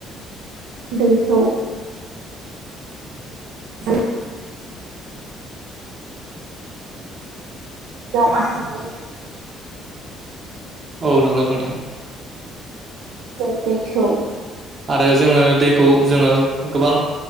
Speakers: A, on the right; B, on the right.
A: दैखौ ज <unintelligible> बाहायो
B: औ नंगौ नोंथां।
A: जों दैखौ
B: आरो जोङो दैखौ जोङो गोबां